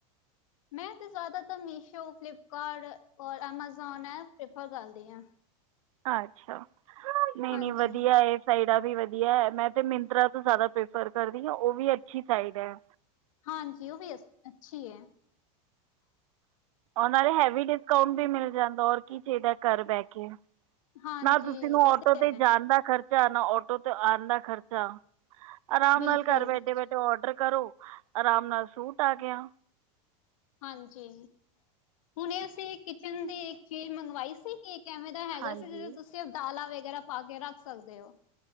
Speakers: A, on the left; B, on the right.
A: ਮੈਂ, ਤਾਂ ਜ਼ਿਆਦਾਤਰ ਮੀਸ਼ੋ ਫਲਿੱਪਕਾਰਟ ਔਰ ਐਮਾਜ਼ੋਨ ਐ ਪ੍ਰੈਫਰ ਕਰਦੀ ਹਾਂ।
B: ਅੱਛਾ, ਨਹੀਂ
A: ਹਾਂਜੀ,
B: ਨਹੀਂ, ਵਧੀਆ। ਸਾਈਡਾਂ ਵੀ ਵਧੀਆ ਹੈ। ਮੈਂ ਤੇ ਮਿੰਤਰਾ ਤੋਂ ਜ਼ਿਆਦਾ ਪ੍ਰੈਫਰ ਕਰਦੀ ਹਾਂ, ਉਹ ਵੀ ਅੱਛੀ ਸਾਈਡ ਹੈ।
A: ਹਾਂਜੀ, ਉਹ ਵੀ ਅੱਛੀ ਹੈ।
B: ਉਹ ਨੇ ਹੈਵੀ ਡਿਸਕਾਊਂਟ ਵੀ ਮਿਲ ਜਾਂਦਾ। ਔਰ ਕੀ ਚਾਹੀਦਾ ਕਰ ਬਹਿ ਕੇ
A: ਹਾਂਜੀ
B: ਨਾ, ਤੁਸੀਂ ਨੂੰ
A: ਉਹ
B: ਆਟੋ ਤੇ
A: ਹੈ
B: ਜਾਣ ਦਾ ਖਰਚਾ ਖਰਾ ਨਾ ਆਟੋ ਤੇ ਆਉਣ ਦਾ ਖਰਚਾ ਆਰਾਮ
A: ਬਿਲਕੁਲ
B: ਨਾਲ ਘਰ ਬੈਠੇ-ਬੈਠੇ ਔਡਰ ਕਰੋ। ਆਰਾਮ ਨਾਲ ਸੂਟ ਆ ਗਿਆ।
A: ਹਾਂਜੀ, ਹੁਣੇ ਅਸੀਂ ਕਿਚਨ ਦੀ ਇੱਕ ਚੀਜ਼ ਮੰਗਵਾਈ ਸੀ। ਕਿ ਕਿ ਐਵੇਂ ਹੈਗਾ
B: ਹਾਂਜੀ
A: ਸੀ। ਜਿ ਤੁਸੀਂ ਦਾਲਾਂ ਵਗੈਰਾ ਪਾ ਕੇ ਰੱਖ ਸਕਦੇ ਹੋ।